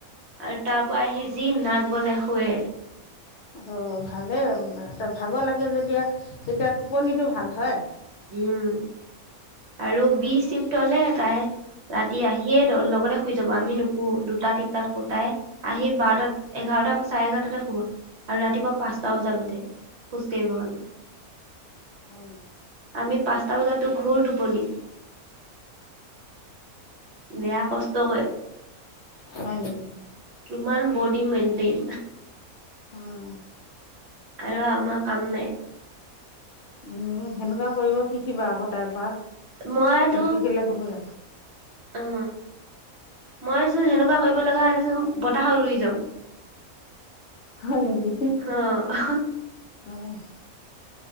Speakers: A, on the right; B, on the left.
A: আৰু তাৰ পৰা আহি যি নাগ বজাই শুৱে।
B: অ' ভালে এটা ভাগৰ লাগে যেদিয়া তেতিয়া টোপনিতটো ভাল হয়।
A: উম, আৰু বি চিফ্ট হলে তাই ৰাতি আহিয়ে লগতে শুই যাব, আমি নুশু দুটা তিনটাত শু, তাই আহি বাৰটাত, এঘাৰ ৰটা চাৰে এঘাৰটাতে শুব, আৰু ৰাতিপুৱা পাঁচটা বজাত উঠে খোজ কাঢ়িবৰ কাৰণে। <unintelligible>
B: হম।
A: আমি পাঁচটা বজাতো ঘোৰ টোপনি বেয়া কষ্ট কৰে।
B: হয় নেকি?
A: ইমান বডি মেইনটেইন
B: অ'।
A: আৰু আমাৰ কাম নাই।
B: উম, সেনেকুৱা কৰিব শিকিবা আকৌ তাইৰ পৰা,
A: মইতো
B: নিশিকিলে হ'ব জানো?
A: অ'। মইচোন হেনেকুৱা কৰিব লগা হ'লে চোন বতাহত উই যাম।
B: হয় নেকি
A: অহ।
B: অঁ